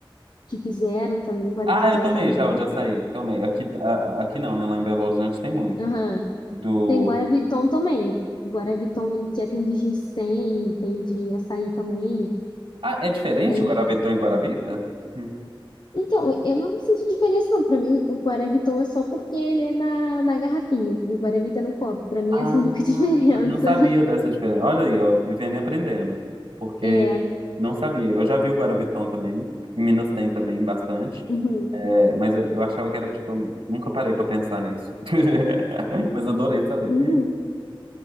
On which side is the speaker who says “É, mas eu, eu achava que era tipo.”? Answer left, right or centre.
Right